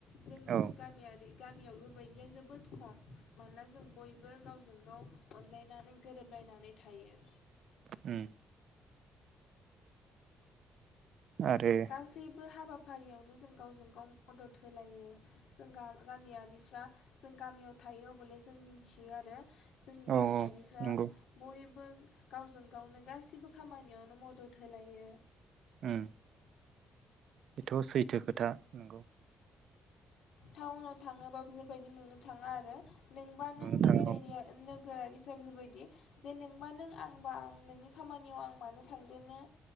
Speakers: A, on the left; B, on the right.
A: जोंनि
B: औ
A: गामियारि गाम गामियाव बेबायदिया जोबोद खम मानोना जों बयबो गावजों गाव अनलायनानै गोरोबलायनानै थायो।
B: उम। आरो
A: गासैबो हाबा फारियावनो जों गावजों गाव मदद होलायो जों गा-गामियारिफ्रा जों गामियाव थायो अबले जों मिथियो आरो। जोंनि
B: औ
A: गामियारिफ्रा
B: औ नंगौ
A: बयबो गावजों गावनो गासिबो खामानियावनो मदद होलायो।
B: उम। बेथ' सैथो खोथा नंगौ।
A: टाउनाव थाङोबा बेफोरबायदि नुनो थाङा आरो। नोंबा नों
B: नुनो
A: नोगोर
B: थाङा
A: एरिया
B: औ
A: नोगोरारिफो जेन बेफोरबायदि जे नोंबा नों आंबा आं नोंनि खामानियाव आं मानो थांदेरनो